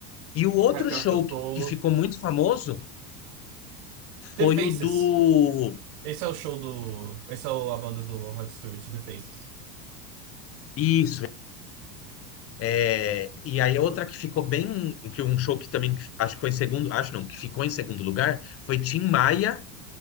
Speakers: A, on the left; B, on the right.
A: E o outro
B: cara, pior
A: show
B: que eu tô...
A: que que ficou muito famoso foi
B: The Faces.
A: o do.
B: Esse é o show do. Esse é o- a banda do Rod Stewart, The Faces.
A: Isso. é, E aí outra que ficou bem. que Um show que também acho que foi em segundo. Acho não, que ficou em segundo lugar foi Tim Maia